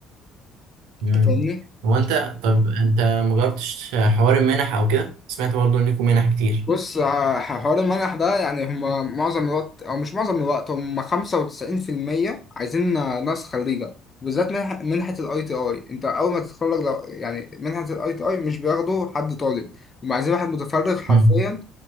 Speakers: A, on the right; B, on the left.
A: مم.
B: أنت فاهمني؟
A: هو انت طب انت مجربتش حوار المنح او كده سمعت برضه انكم منح كتير
B: بص ع- حوار المنح ده يعني هما معظم الوقت او مش معظم الوقت هما 95% عايزين ناس خريجة بالذات منح- منحة الاي تي اي انت اول ما تتخرج لو يعني منحة الاي تي اي مش بياخدوا حد طالب هما عايزين واحد متفرغ حرفيا
A: مم.